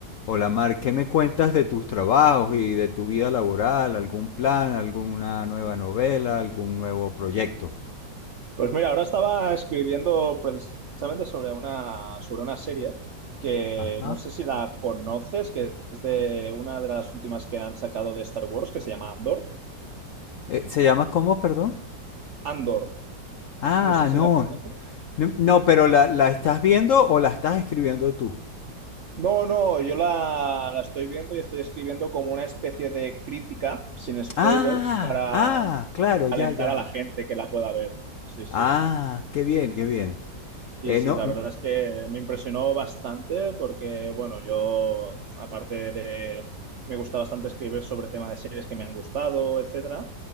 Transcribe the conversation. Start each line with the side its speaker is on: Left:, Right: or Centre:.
Left: Hola Mar, ¿qué me cuentas de tus trabajos y de tu vida laboral? ¿Algún plan, alguna nueva novela, algún nuevo proyecto?
Right: Pues mira, ahora estaba escribiendo precisamente sobre una, sobre una serie que
Left: Ajá.
Right: no sé si la conoces, que es de una de las últimas que han sacado de Star Wars, que se llama Andor.
Left: Eh, ¿se llama cómo, perdón?
Right: Andor,
Left: Ah,
Right: no sé si
Left: no.
Right: la conoces.
Left: No, no, pero la, la estás viendo o la estás escribiendo tú.
Right: No, no, yo la, la estoy viendo y estoy escribiendo como una especie de crítica, sin spoilers,
Left: Ah,
Right: para,
Left: ah, claro,
Right: para
Left: ya,
Right: alentar
Left: ya,
Right: a la
Left: ya.
Right: gente que la pueda ver. Sí, sí.
Left: Ah, qué bien, qué bien.
Right: Sí,
Left: Eh,
Right: sí,
Left: no,
Right: la verdad es que me impresionó bastante porque, bueno, yo, aparte de, me gusta bastante escribir sobre temas de series que me han gustado, etcétera,